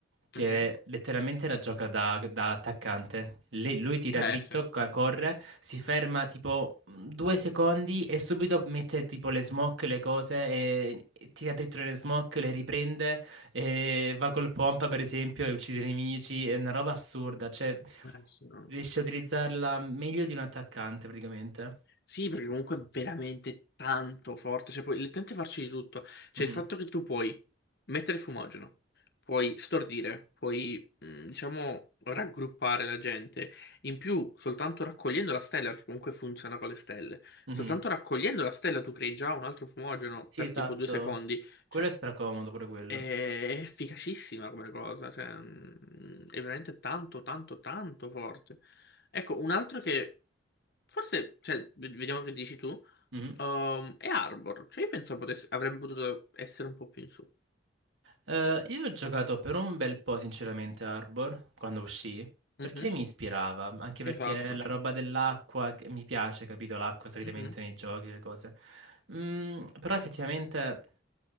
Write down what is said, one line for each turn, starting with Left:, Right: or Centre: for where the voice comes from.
Right: che
Left: Mhm.
Right: letteralmente la gioca da, da attaccante. Le- lui tira
Left: Eh
Right: dritto,
Left: sì, eh
Right: co- corre, si ferma tipo mm, due secondi e subito mette tipo le smoke, le cose, e, e tira dritto le smoke, le riprende, e va col pompa per esempio e uccide i nemici. È una roba assurda, cioè
Left: sì. no.
Right: riesce a utilizzarla meglio di un attaccante praticamente.
Left: Sì, perché comunque è veramente tanto forte, cioè puoi letteralmente farci di tutto. Cioè
Right: Mhm.
Left: il fatto che tu puoi mettere fumogeno, puoi stordire, puoi, mh, diciamo, raggruppare la gente. In più, soltanto raccogliendo la stella, perché comunque funziona con le stelle,
Right: Mhm.
Left: soltanto raccogliendo la stella tu crei già un altro fumogeno
Right: Sì,
Left: per
Right: esatto.
Left: tipo due secondi.
Right: Quello
Left: Cioè,
Right: è stracomodo pure quello.
Left: è efficacissima come cosa, cioè, mh, è veramente tanto, tanto, tanto forte. Ecco, un altro che... Forse, cioè, v- vediamo che dici tu.
Right: Mhm.
Left: Ehm, e Arbor, cioè io penso potesse- avrebbe potuto essere un po' più in su.
Right: Eh, io ho giocato per un bel po', sinceramente, Arbor, quando uscì, perché
Left: Mhm,
Right: mi ispirava, anche perché
Left: Esatto.
Right: la roba dell'acqua, che mi piace, capito, l'acqua solitamente
Left: Mhm,
Right: nei giochi, le cose. Mm, però effettivamente